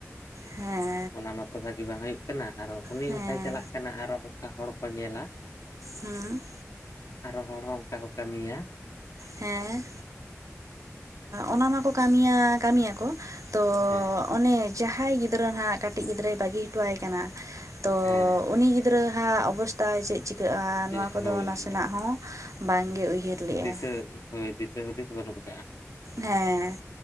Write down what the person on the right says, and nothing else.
ᱦᱮᱸ
ᱦᱮᱸ
ᱦᱮᱸ
ᱦᱮᱸ ᱚᱱᱟ ᱢᱟᱠᱚ ᱠᱟᱹᱢᱤᱭᱟ ᱠᱟᱹᱢᱤᱭᱟᱠᱚ ᱛᱚ
ᱚᱱᱮ ᱡᱟᱦᱟᱸᱭ ᱜᱤᱫᱽᱨᱟᱹ ᱱᱟᱦᱟᱜ ᱠᱟᱹᱴᱤᱡ ᱜᱤᱫᱽᱨᱟᱹᱭ ᱵᱟᱹᱜᱤ ᱦᱚᱴᱚᱣᱟᱭ ᱠᱟᱱᱟ ᱛᱚ
ᱩᱱᱤ ᱜᱤᱫᱽᱨᱟᱹ ᱦᱟ ᱚᱵᱚᱥ ᱛᱟ ᱪᱮᱫ ᱪᱤᱠᱟᱹᱜᱼᱟ
ᱱᱚᱣᱟ ᱠᱚᱫᱚ
ᱱᱟᱥᱮᱱᱟᱜ
ᱦᱚᱸ ᱵᱟᱝᱜᱮ ᱩᱭᱦᱟᱹᱨ ᱞᱮᱜᱼᱟ
᱾
ᱦᱮᱸ